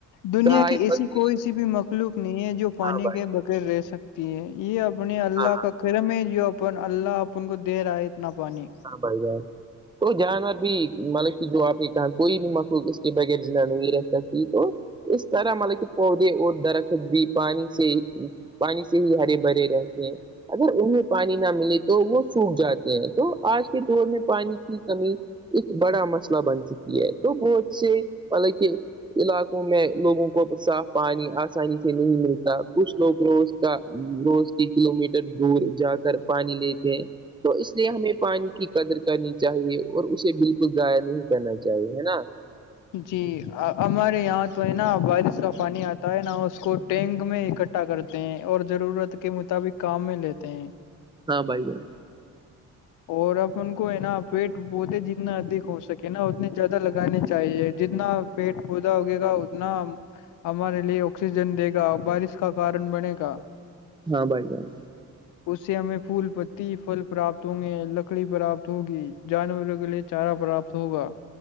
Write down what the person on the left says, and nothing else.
دنیا
کی ایسی
کوئی سی بھی مخلوق نہیں ہے جو پانی
کے بیر رہ سکتی ہے یہ اپنے اللہ
کا کرم ہے جو پر اللہ اپن کو دے رہا ہے اتنا پانی
جی ہمارے یہاں تو ہے نا وارس کا پانی آتا ہے نا اس کو ٹینک میںک اٹھا کرتے ہیں اور ضرورت کے مطابق کام میں لیتے ہیں
اور اپ ان کو ہے نا پیٹ بہتے جتنا ادھک ہو سکے نا اتنے زیادہ لگانے چاہیے جتنا پیٹ پودا ہوگے گا اتنا ہمارے لیے آکسیجن دے گا بارش کا کارن بنے گا
اس سے ہمیں پھول پتی فل پراپت تے لکڑی پراپت ہوگی جانوروں کے لیے چارا پراپت ہوگا